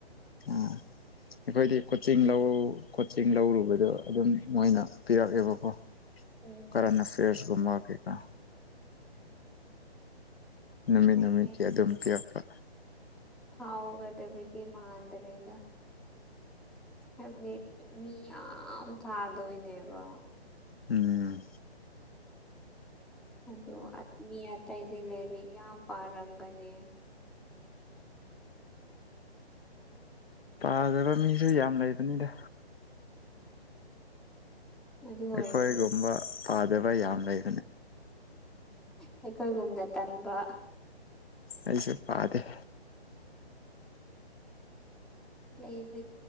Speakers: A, on the left (about 65°); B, in the centre.
A: ꯎꯝ ꯑꯩꯈꯣꯏꯗꯤ ꯀꯣꯆꯤꯡ ꯂꯧ ꯀꯣꯆꯤꯡ ꯂꯧꯔꯨꯕꯗꯣ ꯑꯗꯨꯝ ꯃꯣꯏꯅ ꯄꯤꯔꯛꯑꯦꯕꯀꯣ
B: ꯎꯝ
A: ꯀꯔꯟ ꯑꯦꯐꯦꯌꯔꯁꯒꯨꯝꯃ ꯀꯩꯀ ꯅꯨꯃꯤꯠ
B: ꯑꯩ
A: ꯅꯨꯃꯤꯠꯀꯤ ꯑꯗꯨꯝ ꯄꯤꯌꯥꯄ
B: ꯍꯥꯎꯒꯗꯕꯗꯤ ꯃꯥꯗ꯭ꯔꯦꯒ ꯍꯥꯏꯕꯗꯤ ꯃꯤ ꯌꯥꯝ ꯊꯥꯗꯣꯏꯅꯦꯕꯣ
A: ꯎꯝ
B: ꯑꯗꯑꯣ ꯃꯤ ꯑꯇꯩꯗꯤ ꯂꯩꯔ ꯌꯥꯝ ꯄꯥꯔꯝꯒꯅꯤ
A: ꯄꯥꯖꯕ ꯃꯤꯁꯨ ꯌꯥꯝ ꯂꯩꯕꯅꯤꯗ
B: ꯑꯗꯨ ꯑꯣꯏꯔꯁꯨ
A: ꯑꯩꯈꯣꯏꯒꯨꯝꯕ ꯄꯥꯗꯕ ꯌꯥꯝ ꯂꯩ
B: ꯑꯩꯈꯣꯏꯒꯨꯝꯅ ꯇꯟꯕ
A: ꯑꯩꯁꯨ ꯄꯥꯗꯦ
B: ꯂꯩꯁꯤ